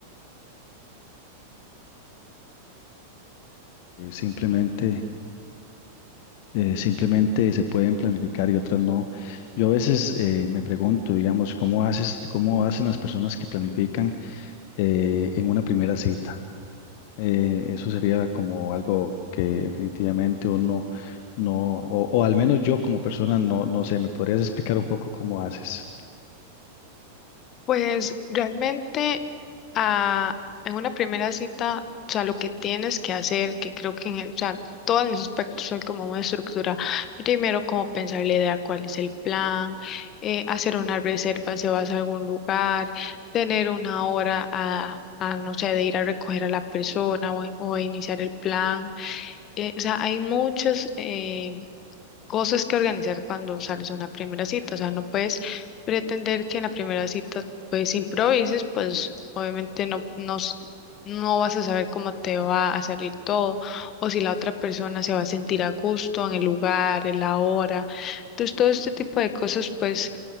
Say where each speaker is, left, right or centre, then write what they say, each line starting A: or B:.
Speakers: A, on the left; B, on the left.
A: Eh, simplemente, eh, simplemente se pueden planificar y otras no. Yo a veces eh, me pregunto, digamos, ¿cómo haces, cómo hacen las personas que planifican eh, en una primera cita? Eh, eso sería como algo que definitivamente uno no, no, o, o al menos yo como persona no, no sé, ¿me podrías explicar un poco cómo haces?
B: Pues realmente ah, en una primera cita, o sea, lo que tienes que hacer, que creo que en el- o sea, todos los aspectos son como una estructura. Primero, como pensar la idea, cuál es el plan, eh, hacer una reserva si vas a algún lugar, tener una hora a, a, no sé, de ir a recoger a la persona o, o iniciar el plan. Eh, o sea, hay muchos eh, cosas que organizar cuando sales a una primera cita. O sea, no puedes pretender que en la primera cita pues improvises, pues obviamente no, no, s- no vas a saber cómo te va a salir todo o si la otra persona se va a sentir a gusto en el lugar, en la hora. Entonces, todo este tipo de cosas pues,